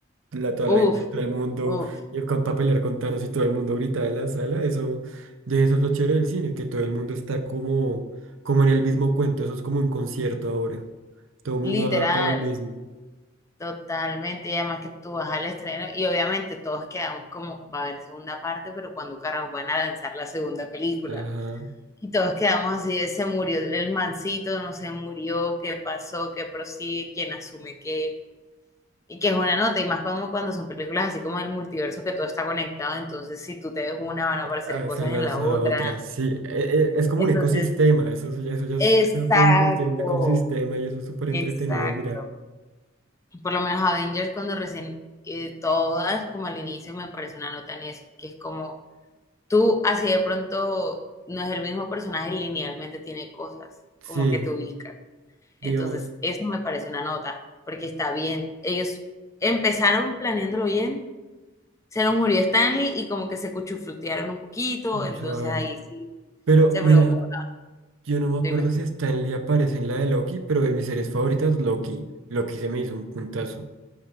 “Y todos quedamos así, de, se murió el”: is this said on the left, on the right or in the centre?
Left